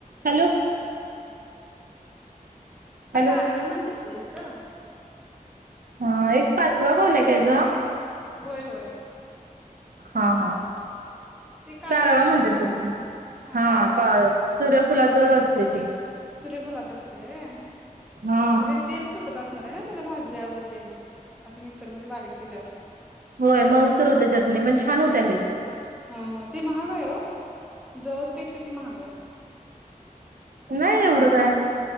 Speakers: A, on the right; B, in the centre.
A: Hello
B: का
A: hello
B: कारळ म्हणतात ओ इकडं
A: हा एक पाचवा कॉल काय ग
B: होय होय
A: हा हा
B: ते काळं
A: कारळ
B: असतंय
A: म्हणतात
B: ना
A: हा
B: कारळ
A: काळ
B: म्हणतात.
A: सुर्यफुलच च असतय ते
B: सूर्यफुलाच असतय होय
A: हा
B: मग ते तेल सुटत अस ले त्याला भाजल्यावर तेन असं मिक्सर मद्ये बारीक केल्यावर
A: होय मऊसर होतया चटणी पण छान होत्या लय
B: हा हा ते महाग आहे हो जवसपेक्षा ते महाग आहे
A: नाही एवढं काय